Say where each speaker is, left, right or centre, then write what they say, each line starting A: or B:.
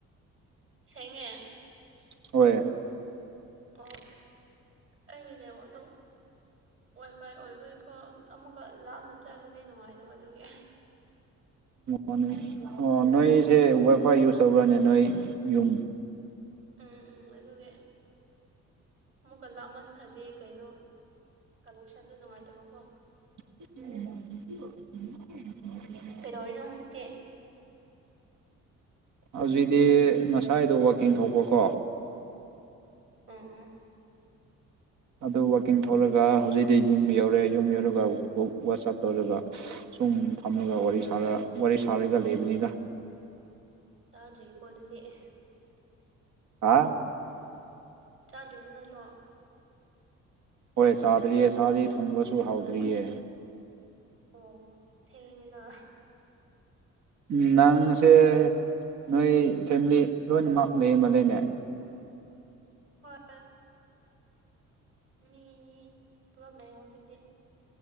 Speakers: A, on the right; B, on the right.
A: ꯁꯦꯡꯉꯦ
B: ꯍꯣꯏ
A: ꯑꯣ ꯑꯩꯒꯤ ꯅꯦꯠꯋꯥꯛꯗꯣ ꯋꯥꯏ ꯐꯥꯏ ꯑꯣꯏꯕꯩꯀꯣ ꯑꯃꯨꯛꯀ ꯂꯥꯞꯅ ꯆꯠꯂꯗꯤ ꯅꯨꯡꯉꯥꯏꯇꯕ ꯑꯗꯨꯒꯤ
B: ꯑꯣ ꯑꯣ ꯅꯣꯏꯁꯦ ꯋꯥꯏ ꯐꯥꯏ ꯌꯨꯁ ꯇꯧꯕ꯭ꯔꯅ‌ꯦ ꯅꯣꯏ ꯌꯨꯝ
A: ꯎꯝ ꯎꯝ ꯑꯗꯨꯒꯤ ꯑꯃꯨꯛꯀ ꯂꯥꯞꯃꯟꯈ꯭ꯔꯗꯤ ꯀꯩꯅꯣ ꯀꯅꯦꯛꯁꯟꯗ‌ꯣ ꯅꯨꯡꯉꯥꯏꯇꯕꯀ‌ꯣ
B: <unintelligible>
A: ꯀꯩꯗꯧꯔꯤꯅꯣ ꯍꯧꯖꯤꯛꯇꯤ
B: ꯍꯧꯖꯤꯛꯗꯤ ꯉꯁꯥꯏꯗꯣ ꯋꯥꯛꯀꯤꯡ ꯊꯣꯛꯄꯀꯣ
A: ꯎꯝ
B: ꯑꯗꯨ ꯋꯥꯛꯀꯤꯡ ꯊ‌ꯣꯛꯔꯒ ꯍꯧꯖꯤꯛꯗꯤ ꯌꯨꯝ ꯌꯧꯔꯦ ꯌꯨꯝ ꯌꯧꯔꯒ ꯋꯥ ꯋꯥ ꯋꯥꯆꯞ ꯇꯧꯔꯒ ꯁꯨꯝ ꯐꯝꯃꯒ ꯋꯥꯔꯤ ꯁꯥꯔ ꯋꯥꯔꯤ ꯁꯥꯔꯒ ꯂꯩꯕꯅꯤꯗ
A: ꯆꯥꯗ꯭ꯔꯤꯀꯣ ꯑꯗꯨꯗꯤ ꯑꯦ
B: ꯍꯥ
A: ꯆꯥꯗ꯭ꯔꯤꯕ ꯅꯠꯇ꯭ꯔꯣ
B: ꯍꯣꯏ ꯆꯥꯗ꯭ꯔꯤꯌꯦ ꯆꯥꯗꯤ ꯊꯣꯡꯕꯁꯨ ꯍꯥꯎꯗ꯭ꯔꯤꯌꯦ
A: ꯑꯣ ꯊꯦꯡꯉ‌ꯦꯅꯥ
B: ꯎꯝ ꯅꯪꯁꯦ ꯅꯣꯏ ꯐꯦꯃꯤꯂꯤ ꯂꯣꯏꯅꯃꯛ ꯂꯩ ꯃꯥꯜꯂ‌ꯦꯅꯦ
A: ꯍꯣꯏ ꯃꯤ ꯄꯨꯂꯞ ꯂꯩ ꯍꯧꯖꯤꯛꯇꯤ